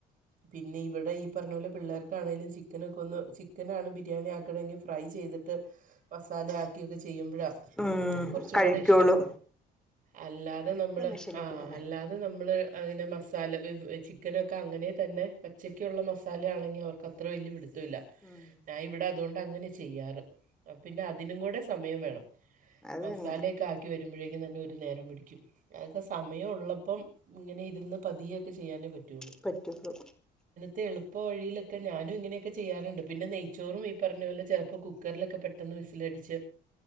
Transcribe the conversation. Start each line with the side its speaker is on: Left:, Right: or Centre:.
Right: പിന്നെ ഇവടെ ഈ പറഞ്ഞാേലെ പിള്ളേർക്കാണെലും ചിക് ക്കനൊക്കെ ഒന്ന് ചിക്കനാണ് ബിരിയാണി ആക്കണെങ്കി ഫ്രൈ ചെയ്തിട്ട് മസാല ആക്കിയൊക്കെ ചെയ്യുമ്പ്ഴാേ
Centre: ഉം
Right: കാെറച്ചും
Centre: കഴിക്കോളൂ
Right: കൂടെ ഇഷ്ടം അല്ലാതെ നമ്മൾ
Centre: ഇത് മെഷീനിലേക്ക്
Right: ആഹ്
Centre: ഇട്ടേരെ
Right: അല്ലാ ത് നമ്മള് അതിനെ മസാല വെവെ ചിക്കനൊക്കെ അങ്ങനെ തന്നെ പച്ചയ്ക്കുള്ള മസാലയാണെങ്കി അവർക്ക് അത് അത്ര വല്ല്യ പിടുത്തവില്ല
Centre: ഉം
Right: ഞാൻ ഇവിടെ അതാേണ്ട് അങ്ങനെ ചെയ്യാറ് പിന്നെ അതിനും കൂടെ സമയം വേണം
Centre: അത്
Right: മസാലേ
Centre: തന്നെ
Right: ക്കെ ആക്കി വരുമ്പെഴേക്കും തന്നെ ഒരു നേരം പിടിക്കും അഅക്കെ സമയം ഉള്ളപ്പം ഇങ്ങനെ ഇരുന്ന് പതിയെക്കെ ചെയ്യാനേ പറ്റുള്ളൂ
Centre: പറ്റുള്ളൂ
Right: തെഎളുപ്പ വഴിയിലൊക്കെ ഞാനും ഇങ്ങനെ ക്കെ ചെയ്യാറ്ണ്ട് പിന്നെ നെയ്ച്ചോറും ഈ പറഞ്ഞാേലെ ചെലപ്പോ കുക്കർലൊക്കെ പെട്ടെന്ന് വിസിലടിച്ച്